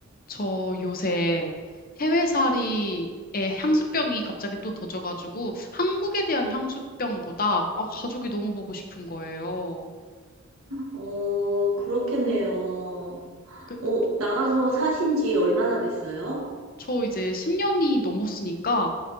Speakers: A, on the left; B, on the right.
A: 저 요새 해외살이에 향수병이 갑자기 또 도져가지고 한국에 대한 향수병보다 아, 가족이 너무 보고 싶은 거예요.
B: 어, 그렇겠네요.
A: 그,
B: 어,
A: 그,
B: 나가서 사신 지 얼마나 됐어요?
A: 저 이제 10년이 넘었으니까